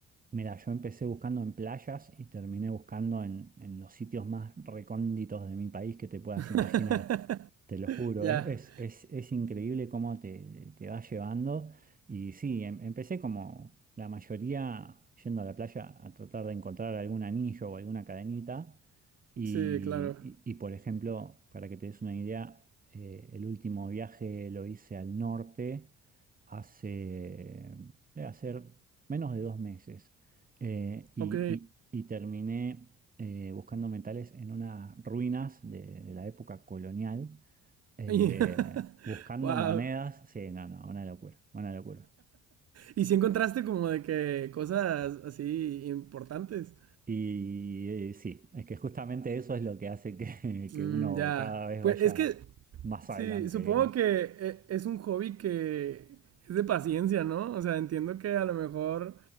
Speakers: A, on the right (about 30°); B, on the right (about 55°).
A: Mira, yo empecé buscando en playas y terminé buscando en, en los sitios más recónditos de mi país que te puedas
B: <laughs>
A: imaginar. Te lo juro,
B: Ya,
A: es, es, es- es increíble cómo te, te va llevando. Y sí, em- empecé como la mayoría yendo a la playa a tratar de encontrar algún anillo o alguna cadenita. Y,
B: sí, claro.
A: y- y, por ejemplo, para que te des una idea, eh, el último viaje lo hice al norte hace, debe hacer menos de dos meses. Eh, y,
B: Ok.
A: y- y terminé eh, buscando metales en unas ruinas de, de la época colonial, eh,
B: <laughs>
A: buscando
B: Wow.
A: monedas. Sí, no, no, una locura, una locura.
B: ¿Y si encontraste como de que cosas así importantes?
A: Y eh, sí, es que justamente eso es lo que hace que, <laughs> que
B: Mm,
A: uno
B: ya.
A: cada vez
B: Pues
A: vaya
B: es que,
A: más
B: sí,
A: adelante,
B: supongo
A: digamos.
B: que eh, es un hobby que es de paciencia, ¿no? O sea, entiendo que a lo mejor